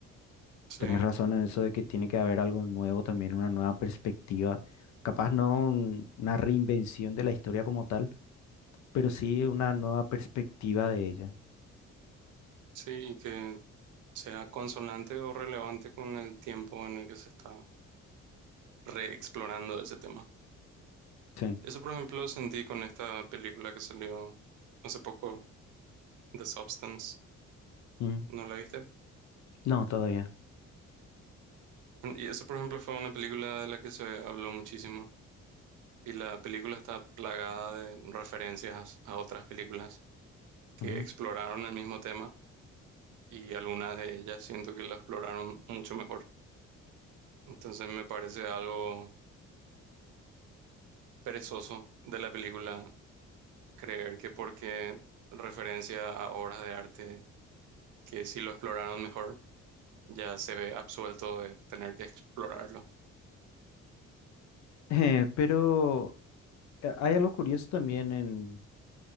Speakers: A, on the right (about 80°); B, on the left (about 65°).
A: Sí,
B: Tenés razón en eso de que tiene que haber algo nuevo también, una nueva perspectiva. Capaz no un- una reinvención de la historia como tal, pero sí una nueva perspectiva de ella.
A: sí, y que sea consonante o relevante con el tiempo en el que se está reexplorando ese tema.
B: Sí.
A: Eso, por ejemplo, lo sentí con esta película que salió hace poco, The Substance.
B: Mm.
A: ¿No la viste?
B: No, todavía.
A: Y eso, por ejemplo, fue una película de la que se habló muchísimo. Y la película está plagada de referencias a otras películas que
B: Ujú.
A: exploraron el mismo tema y algunas de ellas siento que la exploraron mucho mejor. Entonces me parece algo perezoso de la película creer que porque referencia a obras de arte que sí lo exploraron mejor ya se ve absuelto de tener que explorarlo.
B: Eh, pero eh, hay algo curioso también en,